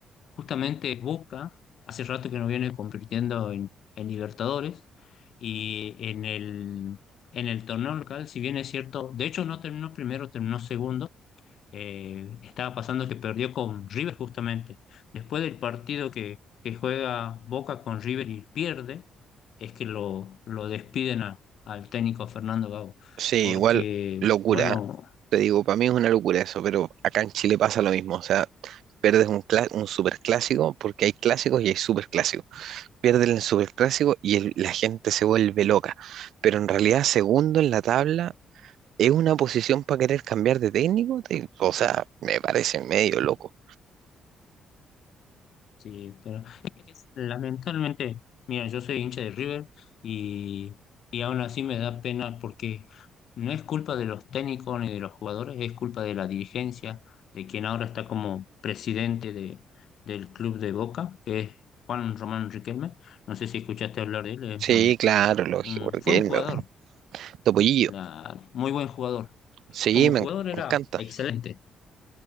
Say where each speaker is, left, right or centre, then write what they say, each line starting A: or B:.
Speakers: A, on the left; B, on the right.
A: justamente Boca hace rato que no viene compitiendo en, en Libertadores y en el, en el torneo local, si bien es cierto, de hecho no terminó primero, terminó segundo, eh, estaba pasando que perdió con River justamente. Después del partido que, que juega Boca con River y pierde, es que lo, lo despiden a- al técnico Fernando Gago,
B: Sí,
A: porque,
B: igual locura.
A: bueno
B: ¿eh? Te digo, para mí es una locura eso, pero acá en Chile pasa lo mismo. O sea, perdes un, cla- un superclásico porque hay clásicos y hay superclásicos. pierden el Superclásico y el- la gente se vuelve loca. Pero en realidad, segundo en la tabla es una posición para querer cambiar de técnico. Te- o sea, me parece medio loco.
A: Sí, pero <laughs> es que lamentablemente, mira, yo soy hincha de River y, y aún así me da pena porque no es culpa de los técnicos ni de los jugadores, es culpa de la dirigencia, de quien ahora está como presidente de, del club de Boca, que es Juan Román Riquelme. No sé si escuchaste hablar de él, es
B: Sí,
A: un-
B: claro, lógico,
A: un-
B: porque
A: fue un
B: él
A: jugador,
B: me Topollillo.
A: la- muy buen jugador.
B: Sí,
A: Como
B: me
A: jugador
B: en-
A: era
B: me encanta.
A: excelente